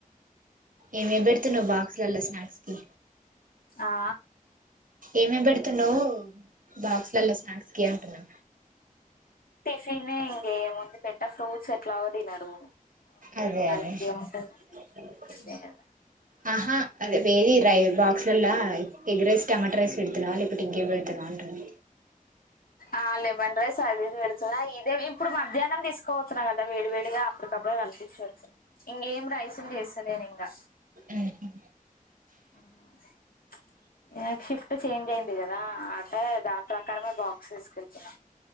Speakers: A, on the right (about 65°); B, on the left (about 85°).
A: ఏవేవి పెడుతున్నావ్ బాక్స్లలో స్నాక్స్ కి
B: ఆ
A: ఏమేమ్ పెడుతున్నావ్ బాక్స్లలో స్నాక్స్ కి అంటున్నా.
B: టిఫినే ఇంగేముంది పెట్ట ఫ్రూట్స్ ఎట్లాగో తినరు ఆ
A: అదే
B: మరి
A: అదే
B: ఇంకేముంటది
A: <inaudible>
B: అదే కదా
A: ఆహా అదే వేరి రై బాక్స్లలా ఎగ్ ఎగ్ రైస్ టమాటా రైస్ పెడుతున్నావా లేకపోతే ఇంకేం పెడత అంటున్నా
B: ఆ లెమన్ రైస్ అది పెడుతున్నా ఇదే ఇప్పుడు మధ్యాహ్నం తీసుకోవతున్నా కదా వేడి వేడిగా అప్పటికప్పుడే కల్పించి పెడుతున్న. ఇంకేం రైస్లు చేస్తలేను ఇంగా
A: ఉహు
B: ఆ నాకు షిఫ్ట్ చేంజ్ అయింది కదా అంటే దాని ప్రకారమే బాక్స్ తీసుకెళ్తున్న.